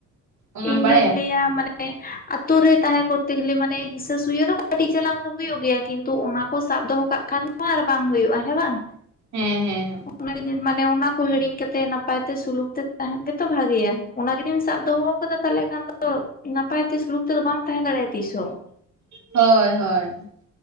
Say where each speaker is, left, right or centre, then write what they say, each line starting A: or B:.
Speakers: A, on the right; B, on the left.
A: ᱚᱱᱟᱢ
B: ᱤᱧ
A: ᱵᱟᱲᱟᱭᱟ
B: ᱫᱩᱧ ᱞᱟᱹᱭᱟ ᱢᱟᱱᱮ ᱟᱛᱳ ᱨᱮ ᱛᱟᱦᱮᱸ ᱠᱚᱨᱛᱮ ᱜᱮᱞᱮ ᱢᱟᱱᱮ ᱦᱤᱥᱟᱹ ᱥᱩᱭᱟᱹ ᱫᱚ ᱠᱟᱹᱴᱤᱡ ᱪᱮᱞᱟᱝ ᱫᱚ ᱦᱩᱭᱩᱜ ᱜᱮᱭᱟ ᱠᱤᱱᱛᱩ ᱚᱱᱟ ᱠᱚ ᱥᱟᱵ ᱫᱚᱦᱚ ᱠᱟᱜ ᱠᱷᱟᱱ ᱢᱟ ᱟᱨ ᱵᱟᱝ ᱦᱩᱭᱩᱜ-ᱟ ᱦᱮᱸ ᱵᱟᱝ
A: ᱦᱮᱸ ᱦᱮᱸ
B: ᱚᱱᱟ ᱢᱟᱱᱮ ᱚᱱᱟ ᱠᱚ ᱦᱤᱲᱤᱧ ᱠᱟᱛᱮᱜ ᱱᱟᱯᱟᱭ ᱛᱮ ᱥᱩᱞᱩᱠ ᱛᱮ ᱛᱟᱦᱮᱱ ᱜᱮᱛᱚ ᱵᱷᱟᱜᱮᱭᱟ ᱚᱱᱟ ᱡᱩᱫᱤᱢ ᱥᱟᱵ ᱫᱚᱦᱚ ᱠᱟᱫᱟ ᱛᱟᱦᱟᱞᱮ ᱠᱷᱟᱱ ᱫᱚ ᱱᱟᱯᱟᱭ ᱛᱮ ᱥᱩᱞᱩᱠ ᱛᱮᱫᱚ ᱵᱟᱢ ᱛᱟᱦᱮᱸ ᱫᱟᱲᱮᱭᱟᱜ-ᱟ ᱛᱤᱥ ᱦᱚᱸ
A: ᱦᱳᱭ ᱦᱳᱭ